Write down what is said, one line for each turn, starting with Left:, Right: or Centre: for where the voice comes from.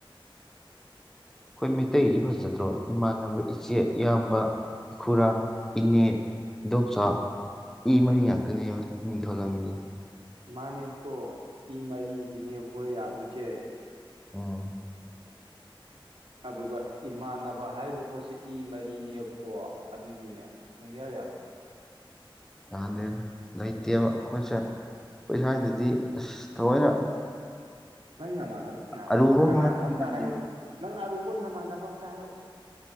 Centre: ꯑꯩꯈꯣꯏ ꯃꯩꯇꯩꯁꯤ ꯐꯖꯗ꯭ꯔꯣ ꯏꯃꯥꯟꯅꯕ ꯏꯆꯦ ꯏꯌꯥꯝꯕ ꯏꯈꯨꯔꯥ ꯏꯅꯦ ꯏꯗꯣꯝꯆꯥ ꯏ ꯃꯔꯤ ꯉꯥꯛꯇꯅꯦꯕ ꯃꯤꯡ ꯊꯣꯂꯝꯃꯤꯁꯦ
Right: ꯃꯥꯅꯦꯕꯀꯣ ꯏ ꯃꯔꯤꯖꯤꯅꯦꯕꯀꯣ ꯌꯥꯗꯣꯏꯖꯦ
Centre: ꯑꯣ
Right: ꯑꯗꯨꯒ ꯏꯃꯥꯟꯅꯕ ꯍꯥꯏꯔꯤꯕ ꯄꯣꯠꯁꯦ ꯏ ꯃꯔꯤꯅꯦꯕꯀꯣ ꯑꯗꯨꯏꯁꯨꯅꯦ ꯁꯨꯡꯌꯥ ꯌꯥꯔꯣꯏ
Centre: ꯌꯥꯥꯟꯗꯦ ꯂꯩꯇꯦꯕ ꯑꯩꯈꯣꯏꯁꯦ ꯈꯣꯏ ꯁ꯭ꯋꯥꯏꯗꯗꯤ ꯑꯁ ꯊꯑꯣꯏꯅ
Right: ꯅꯪ ꯅꯃꯥꯟꯅꯕ ꯀꯅꯥ
Centre: ꯑꯔꯨꯕ
Right: ꯀꯅꯥꯅꯣ
Centre: ꯑꯃ ꯍꯥꯏ
Right: ꯑꯝꯇ
Centre: ꯌꯥꯗꯦ
Right: ꯍꯥꯏꯔꯛꯎ ꯅꯪ ꯑꯔꯨꯕ ꯅꯃꯥꯟꯅꯕ ꯑꯝꯇ ꯍꯥꯏꯔꯛꯎꯁꯦ